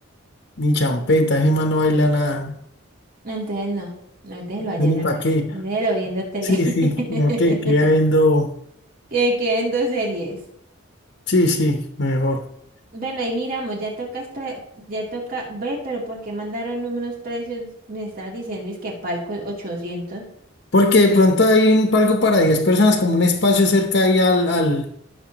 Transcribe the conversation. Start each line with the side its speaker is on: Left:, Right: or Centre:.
Left: ni champeta, Ese Gemma no baila nada.
Right: No, Entonces no, no déjelo allá
Left: Yo Ni
Right: en la
Left: para
Right: casa,
Left: qué.
Right: déjelo viendo tele.
Left: Sí, sí,
Right: <laughs>
Left: ok, queda viendo.
Right: Que queden dos series.
Left: Sí, sí, mejor.
Right: Bueno, ahí miramos, ya toca, espre- ya toca ve, pero ¿por qué mandaron números precios? Me estabas diciendo, es que Palco ochocientos?
Left: Porque de pronto hay un, algo para 10 personas, como un espacio cerca ahí al, al,